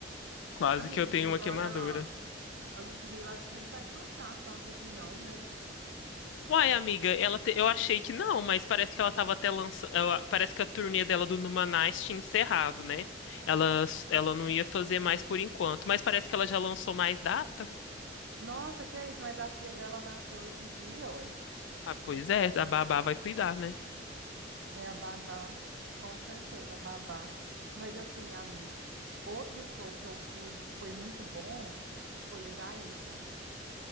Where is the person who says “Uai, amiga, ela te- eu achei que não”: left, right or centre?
Left